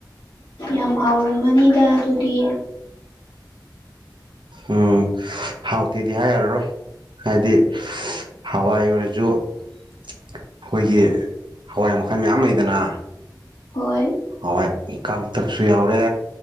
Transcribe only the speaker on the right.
ꯎꯝ ꯍꯥꯎꯇꯦꯗꯤ ꯍꯥꯏ ꯌꯥꯔꯔꯣꯏ ꯍꯥꯏꯗꯤ ꯍꯋꯥꯏ ꯑꯣꯏꯔꯁꯨ ꯑꯩꯈꯣꯏꯒꯤ ꯍꯋꯥꯏ ꯃꯈꯜ ꯃꯌꯥꯝ ꯂꯩꯗꯅ
ꯍꯋꯥꯏ ꯀꯥꯡꯇꯛꯁꯨ ꯌꯥꯎꯔꯦ